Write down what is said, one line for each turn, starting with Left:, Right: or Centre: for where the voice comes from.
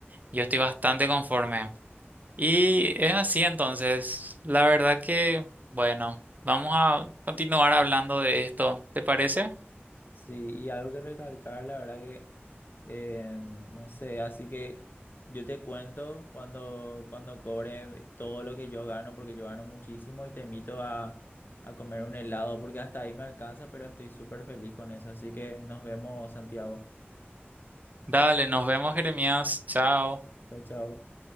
Right: yo estoy bastante conforme. Y es así entonces. La verdad que, bueno, vamos a continuar hablando de esto. ¿Te parece?
Left: Sí, y algo que recalcar, la verdad que, eh, no sé, así que yo te cuento cuando, cuando cobre todo lo que yo gano, porque yo gano muchísimo y te invito a, a comer un helado, porque hasta ahí me alcanza, pero estoy súper feliz con eso. Así que nos vemos, Santiago.
Right: Dale, nos vemos, Jeremías. Chao.
Left: Chao, chao.